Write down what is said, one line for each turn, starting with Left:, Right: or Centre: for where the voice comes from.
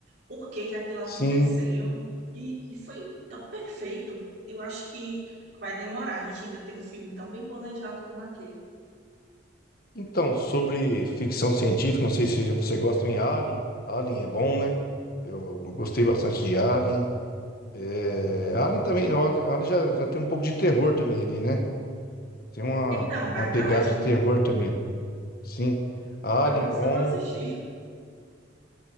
Right: por que que aquilo aconteceu.
Left: Sim.
Right: E, e foi tão perfeito. Eu acho que vai demorar. A gente ainda tem um filme tão bem planejado como aquele.
Left: Então, sobre ficção científica, não sei se já você gosta em Alien. Alien é bom, né? Eu gostei bastante de Alien. É, Alien também, o Alien, Alien já, já tem um pouco de terror também ali, né? Tem uma,
Right: Então, verdade.
Left: uma pegada de terror também. Sim. Alien,
Right: Foi por isso
Left: bom.
Right: que eu não assisti.